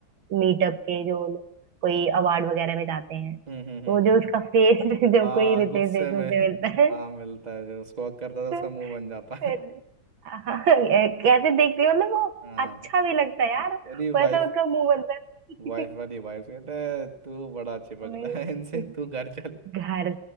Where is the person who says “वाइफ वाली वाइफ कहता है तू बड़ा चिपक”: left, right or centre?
Right